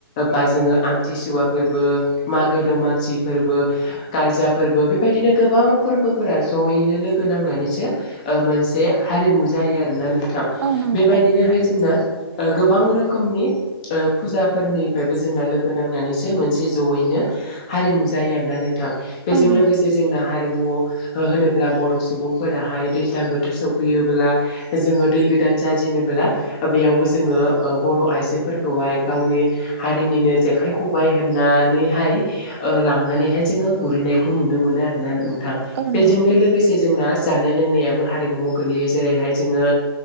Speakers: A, on the left; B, on the right.
A: बा जोङो आमथिसुवा फोरबो मागो दमासि फोरबो। गारजा फोरबो बेबायदिनो गोबां फोरबोफोरा जयैनो लोगो नांनानैसो ओ मोनसे हारिमु जायो आरोना नोंथां
B: औ नंगौ
A: बेबायदिनोहाय
B: औ
A: जोंना ओ गोबां रोखोमनि ओ फुजाफोरनिफ्रायबो जोंना लोगो नांनानैसो मोनसे ज'यैनो हारिमु जायो आरोना नोंथां बेजों
B: औ नंगौ
A: लोगोसे। जोंना हारिमु होनोब्ला बर' सुबुंफोराहाय दैज्लां बोथोर सफैयोब्ला जोङो दै गोदान जाजेनोबोला बेयावबो जों जोङो बर' आइजोफोरखौहाय गावनि हारिनिनो जेखाइ, ‌ खबाइ हेबनानैहाय लांनानैहाय जोङो गुरैनायखौ नुनो मोनो आरो ना नोंथां
B: औ
A: बेजोंनो
B: नंगौ
A: लोगोसे जोंना जानाय लोंनायाबो हारिमुाव गोलैयो जेरैहाय जोङो